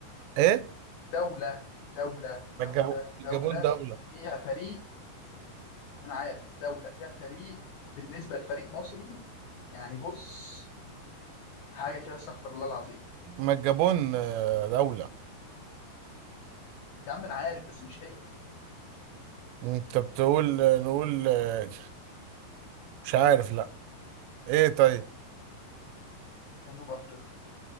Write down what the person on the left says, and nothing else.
دوله دوله
دوله
دوله
فيها فريق ما انا عارف دوله فيها فريق بالنسبه لفريق مصري يعني بص حاجه كده استغفر الله العظيم
يا عم انا عارف بس مش هي
جنوب افريقيا